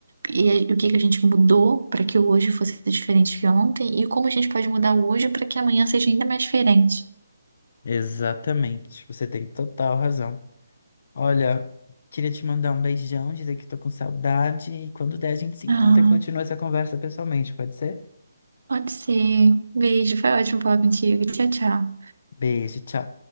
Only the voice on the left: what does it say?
Exatamente, você tem total razão. Olha, queria te mandar um beijão, dizer que tô com saudade e quando der a gente se encontra
e continua essa conversa pessoalmente, pode ser?
Beijo, tchau.